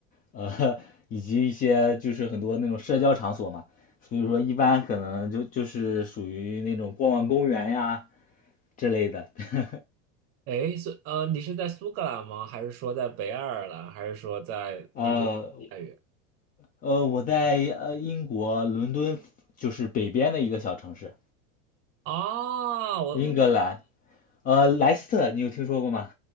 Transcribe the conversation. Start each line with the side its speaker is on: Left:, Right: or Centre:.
Left: 呃，<laughs> 以及一些就是很多那种社交场所嘛，所以说一般可能就就是属于那种逛逛公园呀之类的。<laughs>
Right: 诶，是呃，你是在苏格兰吗？还是说在北爱尔兰？还是说在离伦敦太远？
Left: 呃呃，我在呃英国伦敦，就是北边的一个小城市，
Right: 啊，我我
Left: 英格兰，呃莱斯特，你有听说过吗